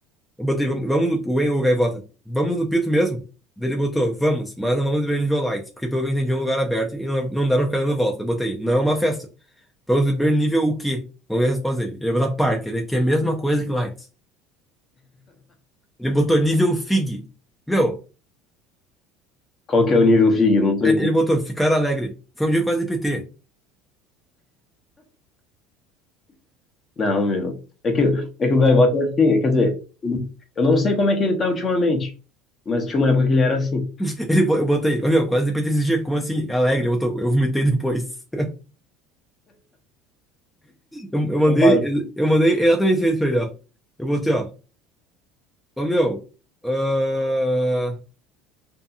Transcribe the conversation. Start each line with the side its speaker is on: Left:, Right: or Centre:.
Centre: Eu botei, vamos, vamos no, o Engo, o Gaivota. Vamos no pito mesmo? Daí Ele botou, vamos, mas não vamos beber nível light, porque pelo que eu entendi é um lugar aberto e não, não dá pra ficar dando volta. Eu botei, não é uma festa. Vamos beber nível o quê? Vamos ver a resposta dele. Ele botou parque, ele é que é a mesma coisa que light. Ele botou nível fig. Meu.
Left: Qual que é o nível FIG? Não tô
Centre: Ele
Left: ligado.
Centre: ele botou, ficar alegre. Foi um dia que eu quase de PT.
Left: Não, meu. É que, é que o Gaivota é assim, quer dizer, ele- eu não sei como é que ele tá ultimamente, mas tinha uma época que ele era assim.
Centre: <laughs> Ele, bo- eu botei, ô meu, quase de PT esse dia, como assim? Alegre, ele botou, eu vomitei depois. <laughs> Eu, eu mandei,
Left: Roubado.
Centre: eu mandei exatamente isso pra ele, ó. Eu botei, ó, ô meu, ah,